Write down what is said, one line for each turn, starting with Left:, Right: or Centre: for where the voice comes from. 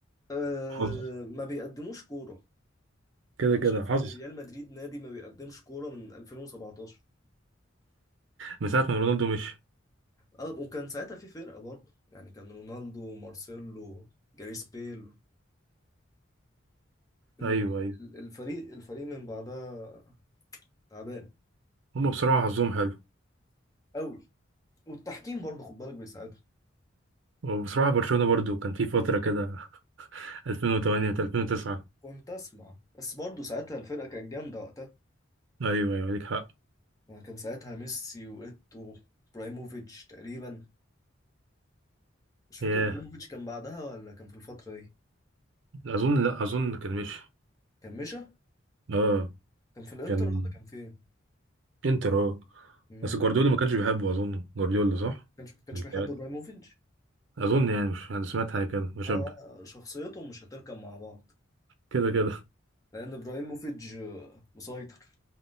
Left: أه
Right: حظ
Left: ما بيقدموش كورة
Right: كده
Left: انا
Right: كده
Left: شايف
Right: حظ
Left: ان ريال مدريد نادي ما بيقدمش كورة من 2017
Right: من ساعة ما رونالدو مشي
Left: اه وكان ساعتها في فرقة برضه يعني كان رونالدو ومارسيلو جاريث بيل ال-
Right: ايوه ايوه
Left: ال- الفريق الفريق من بعدها تعبان
Right: هما بصراحة حظهم حلو
Left: قوي والتحكيم برضه خد بالك بيساعدهم
Right: وبصراحة برشلونة برضو كان في فترة كده <laughs> 2008 2009
Left: كنت اسمع بس برضه ساعتها الفرقه كانت جامده وقتها
Right: ايوه ايوه ليك حق
Left: يعني كان ساعتها ميسي وايتو برايموفيتش تقريبا مش فاكر
Right: ياه
Left: برايموفيتش كان بعدها ولا كان في الفتره دي
Right: اظن لا اظن كان مشي
Left: كان مشى
Right: اه
Left: كان في الانتر
Right: كان
Left: ولا كان فين
Right: انتر اه
Left: امم
Right: بس جوارديولا ما كانش بيحبه اظن جوارديولا صح؟
Left: كانش كانش
Right: أنا متهيألي.
Left: بيحب برايموفيتش
Right: اظن يعني مش انا سمعت حاجه كده مشابه
Left: آه، شخصيتهم مش هتركب مع بعض
Right: كده كده
Left: لان ابراهيموفيتش آه، مسيطر